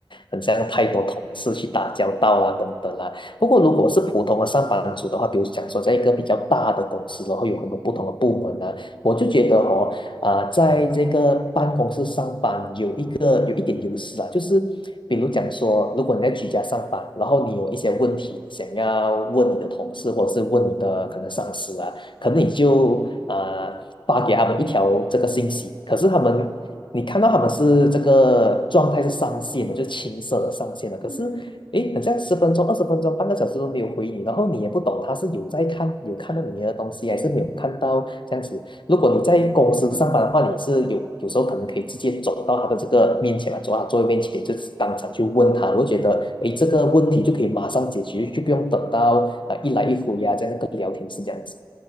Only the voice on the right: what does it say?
嗯
嗯嗯。